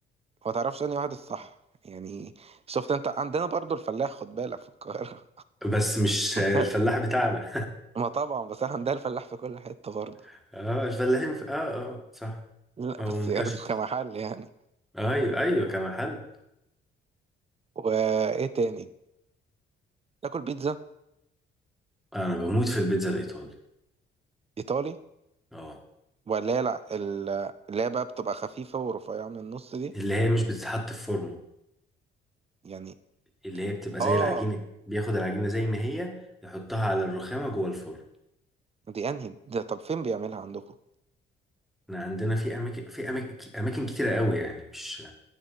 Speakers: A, on the right; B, in the centre.
A: ما تعرفش انهي واحد الصح يعني شفت انت عندنا برضو الفلاح خد بالك في القاهرة
B: بس مش
A: <laughs>
B: الفلاح بتاعنا
A: ما طبعا بس احنا عندنا الفلاح في كل حتة برضه
B: <laughs> اه الفلاحين في... اه اه صح
A: لا
B: هو
A: بس
B: منتشر
A: يعني <laughs> كمحل يعني
B: ايوه ايوه كمحل
A: وايه تاني تاكل بيتزا
B: انا بموت في البيتزا الايطالي
A: ايطالي
B: اه
A: ولا هي لا ال- اللي هي بقى بتبقى خفيفة ورفيعة من النص دي
B: اللي هي مش بتتحط في فورمه
A: يعني
B: اللي هي بتبقى
A: اه
B: زي العجينه بياخد العجينه زي ما هي يحطها على الرخامه جوه الفرن
A: دي انهي ده طب فين بيعملها عندكم
B: احنا عندنا في اماكن في اماكن اماكن كتيره قوي يعني مش